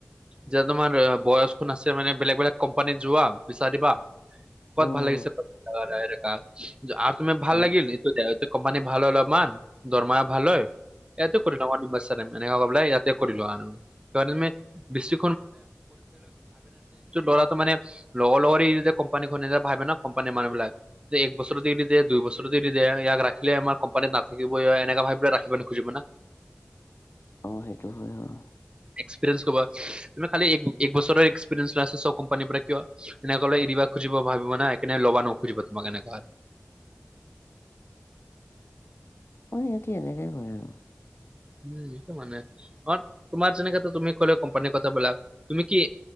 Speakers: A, on the right; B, on the left.
A: যোৱা? তোমাৰ, বয়স <unintelligible> আছে মানে, বেলেগ -বেলেগ কোম্পানীত যোৱা, বিচাৰিবা? ক'ত
B: উম
A: ভাল লাগিছে? দাইৰেক্ট আৰু তুমি ভাল
B: অ',
A: লাগিল? <unintelligible> এইটো কোম্পানী ভাল হয় অলপমান, দৰমহা ভাল হয়। ইয়াতে কৰি লোৱা নিৰ্বাচেনেম? ‌এনেকা কৰিব লাগে। ইয়াতে কৰি লোৱা আৰু? <unintelligible> <unintelligible> এইটো, ল'ৰাটো মানে লগৰ -লগৰী যেতিয়া কোম্পানী খোলে ভাবে ন'! কোম্পানীৰ মানুহবিলাকে। যে, এক বছৰতে এৰি দিয়ে, দুই বছৰতে এৰি দিয়ে। ইয়াক, ৰাখিলে আমাৰ কোম্পানী নাথাকিবই। এনেকুৱা ভাবি পিনে ৰাখিব নুখুজিব না?
B: অ'! সেইটো হয়, অ'!
A: এক্সপিৰিয়েঞ্চ ক'বা, তুমি খালি, এক বছৰৰ এক্সপিৰিয়েঞ্চ <unintelligible> কোম্পানীৰ পৰা কিয় এনেকে ক'লে এৰিদিবা। খুজিব, ভাবিব না! এই কাৰণে ল'ব নুখুজিব তোমাক, এনেকুৱা হ'লে।
B: অ'! সিহঁতি এনেকে কয় আৰু।
A: উম! সেইটো মানে, অ'! তোমাৰ যেনেকে, তুমি ক'লে, কোম্পানীৰ কথাবিলাক তুমি কি?